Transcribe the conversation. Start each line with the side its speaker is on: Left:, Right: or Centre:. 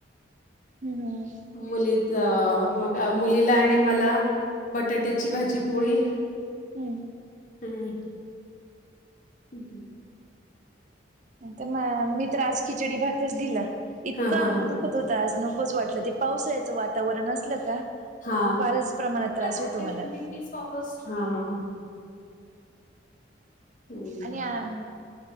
Right: हम्म.
Left: मुली द अ मग अ मुलीला आणि मला बटाट्याची भाजी, पोळी.
Right: हम्म.
Left: कानाय. अहम्म.
Right: त मा मी तर आज खिचडी भातच दिला, इतकं
Left: हां हां
Right: अंग
Left: हां
Right: दुख दुखत होत आज नकोच वाटलं ते पावसाळ्याचं वातावरण असलं का?
Left: हा,
Right: फारच प्रमाणात त्रास
Left: <unintelligible>
Right: होतो मला
Left: वीस ऑगस्ट, हा हा हा. हं.
Right: आणि आम,